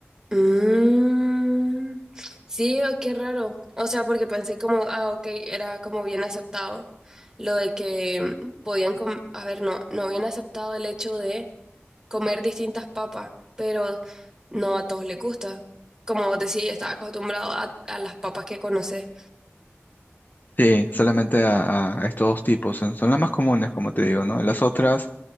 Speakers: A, on the right (about 15°); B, on the left (about 40°).
A: Mm, sí, o qué raro. O sea, porque pensé como, ah, ok, era como bien aceptado lo de que mm, podían com- a ver, no, no habían aceptado el hecho de comer distintas papas, pero no a todos les gusta. Como vos decís, estás acostumbrado a, a las papas que conoces.
B: Sí, solamente a, a estos dos tipos. Son son las más comunes, como te digo, ¿no? Las otras,